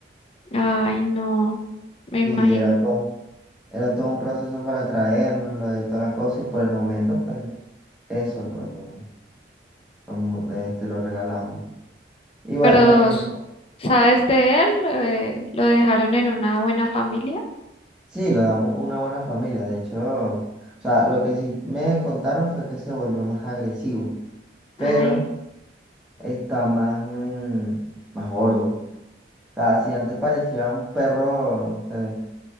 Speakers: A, on the left; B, in the centre.
A: Ay, no, me imagino.
B: Y era todo, un- era todo un proceso para traérnoslo y toda la cosa. Y por el momento, pues eso lo, lo, lo, mu- de este, lo regalamos. Y bueno,
A: Pero,
B: después,
A: s- ¿sabes de él? Eh, ¿lo dejaron en una buena familia?
B: sí, lo damos a una buena familia. De hecho, o sea, lo que sí me contaron fue que se volvió más agresivo. Pero
A: Ay,
B: está más, mm, más gordo. O sea, si antes parecía un perro, no sé,